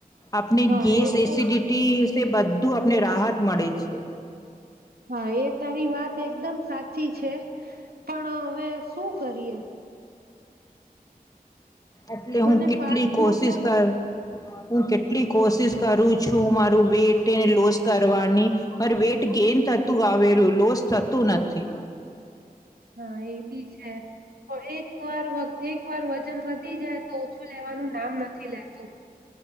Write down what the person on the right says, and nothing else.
હા
એ તો
છે
હા એ તારી વાત એકદમ સાચી છે, પણ હવે શું કરીએ.
મને
ફાસ્ટ
ફૂડ તો
હા એ બી છે, પણ એક વાર એક વાર વજન વધી જાય તો ઓછું લેવાનું નામ નથી લેતું.